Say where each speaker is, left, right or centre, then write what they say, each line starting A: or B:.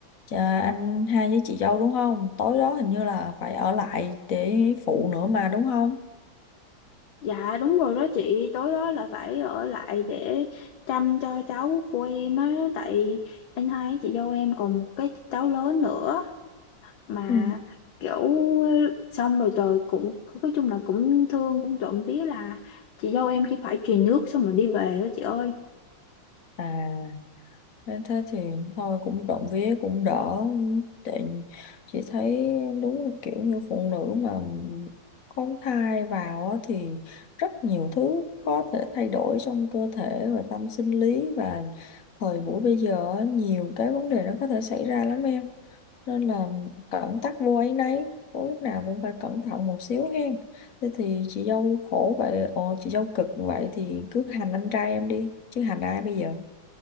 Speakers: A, on the left; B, on the left.
A: à, anh hai với chị dâu đúng không? Tối đó hình như là phải ở lại để phụ nữa mà đúng không?
B: dạ đúng rồi đó chị tối đó là phải ở lại để chăm cho cháu của em á tại anh hai với chị dâu em còn một cái cháu lớn nữa mà
A: Ừ.
B: kiểu xong rồi trời cũng nói chung là cũng thương cũng trộm vía là chị dâu em chỉ phải truyền nước xong rồi đi về đó chị ơi
A: À Nên thế thì thôi cũng rộng vía cũng đỡ tại chị thấy đúng là kiểu như phụ nữ mà có thai vào á thì rất nhiều thứ có thể thay đổi trong cơ thể và tâm sinh lý và thời buổi bây giờ á, nhiều cái vấn đề nó có thể xảy ra lắm em nên là cẩn tắc vô áy náy Có lúc nào cũng phải cẩn thận một xíu hen thế thì chị dâu khổ vậy ồ chị dâu cực vậy thì cứ hành anh trai em đi chứ hành ai bây giờ